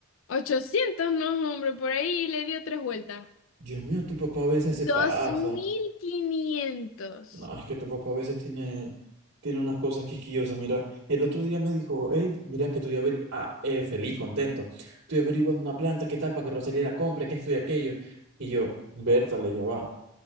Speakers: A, on the left (about 70°); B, on the right (about 85°).
A: ochocientos no, hombre, por ahí le dio tres vueltas.
B: Dios mío, tu papá a veces
A: 2.500.
B: se pasa. No, es que tu papá a veces tiene, tiene unas cosas quisquillosas. Mira, el otro día me dijo, hey, mira que estoy averiguando, ah, eh, feliz, contento. Estoy averiguando una planta, qué tal, para que Rosalía la compre, que esto y aquello. Y yo, Bertale, ya va.